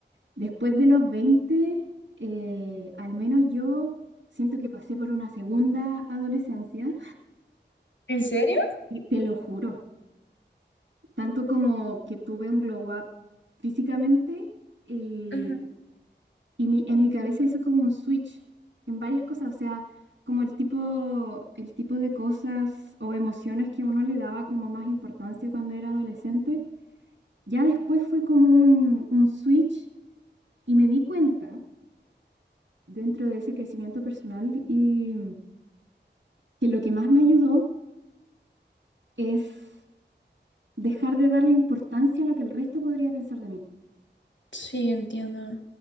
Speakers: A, on the right; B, on the left.
A: después de los 20, eh, al menos yo siento que pasé por una segunda adolescencia
B: ¿En serio?
A: y te lo juro. Tanto como que tuve un glow up físicamente y,
B: ujú,
A: y mi- en mi cabeza hizo como un switch en varias cosas, o sea, como el tipo, el tipo de cosas o emociones que uno le daba como más importancia cuando era adolescente. Ya después fue como un, un switch y me di cuenta dentro de ese crecimiento personal y que lo que más me ayudó es dejar de darle importancia a lo que el resto podría pensar de mí.
B: Sí, entiendo.